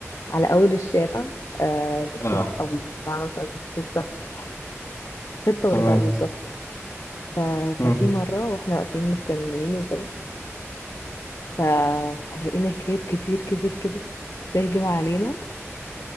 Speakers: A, on the left; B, on the left.
A: على اول الشارع آه، الصبح
B: اه
A: قوي الساعه مثلا 6 الصبح 6
B: تمام
A: وربع بالظبط ف...
B: امم
A: ففي مره واحنا واقفين مستنيين وف... ف... فلقينا كلاب كتير كتير كده بتهجم علينا